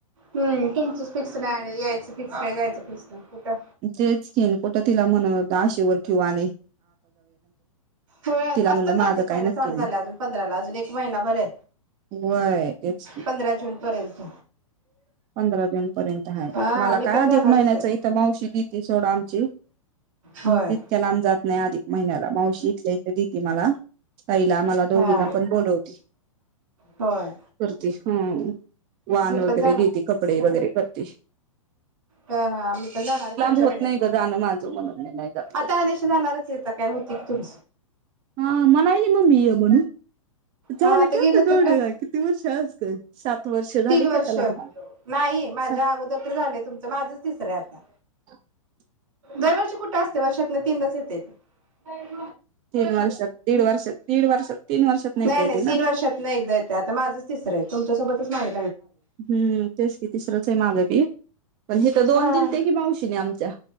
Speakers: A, on the right; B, on the right.
A: हम् तुमचच फिक्स नाही आणि यायचं फिक्स नाही जायचं फिक्स नाही. कुठं
B: तेच किन कुठं तिला म्हणाव त आशेवर. क्युवानी
A: होय आत्ताच
B: म्हणलं माझं
A: आधिक
B: काय
A: महिना
B: नक्की
A: चालू
B: नाही
A: झाला अजून पंधराला अजून एक महिनाभर हे.
B: वय तेच की
A: पंधरा जून पर्यंत.
B: पंधरा दिन पर्यंत हाय.
A: हा
B: मला
A: मी
B: काय
A: पण
B: अधिक
A: जाणारच
B: महिन्याचा
A: आहे
B: इथ मावशी देती सोडा आमची.
A: होय
B: <unintelligible> ईतक्या लांब जा नाही आधिक महिन्याला मावशी इथल्या ईथं देती मला ताईला मला दोघीना
A: हा
B: पण बोलवती
A: होय
B: करती हं वान
A: मी
B: वगैरे
A: पण
B: देती कपडे वगैरे करती.
A: अ हा आम्ही पण जाणार पुढच्या
B: होत
A: बहिण्यातून
B: नाही ग जाणं माझं म्हणून मी नाही जात
A: आ
B: कधी
A: त्या निशी जाणारच येत काय होते की तुम
B: हा मलायली म मी म्हणून. झालं
A: ह आता
B: की
A: गेलं तर
B: दोन
A: काय,
B: किती वर्ष असत सात वर्ष झाली
A: तीन
B: की
A: वर्ष
B: आता लग्नाला
A: नाही माझ्या
B: अ
A: अगोदर तर झालंय तुमचं माझच तिसरंय आता.
B: <inaudible>
A: दरवर्षी कुठं असतयं वर्षातन तीनदाच येतयं ते --
B: तीन वर्षात दीड वर्षात दीड वर्षात तीन वर्षात नाही.
A: नाही नाही
B: येते
A: तीन
B: ना
A: वर्षातन एकदा येत आता माझंच तिसरं आहे तुमच होतच नाय
B: हम्म तेच की तिसरंच हाय माझं बी पण हीथ दोन
A: हा
B: दिलत्या की मावशी ने आमच्या,